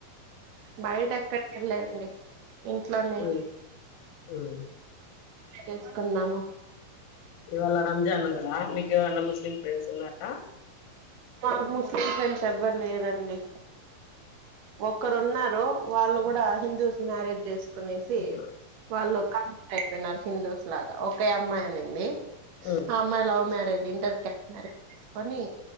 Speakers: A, on the right; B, on the left.
A: బయటెక్కడికి ఎళ్లలేదండి. ఇంట్లోనే
B: ఉమ్, ఉమ్.
A: చేసుకున్నాము.
B: ఇవాళ రంజాన్ గదా మీక్ ఎవరన్నా ముస్లీం ఫ్రెండ్స్ ఉన్నారా.
A: నాకు ముస్లిం ఫ్రెండ్స్ ఎవ్వరు లేరండి. ఒక్కరు ఉన్నారూ వాళ్ళు కూడా హిందూస్ మ్యారేజ్ చేస్ కొనేసీ
B: ఉమ్,
A: వాళ్ళు కన్వర్ట్ అయిపోయినారు హిందూస్ లాగా. ఒకే అమ్మాయి ఉండిందీ.
B: ఉమ్,
A: ఆ అమ్మాయ్ love marriage. Inter caste marriage చేసుకొనీ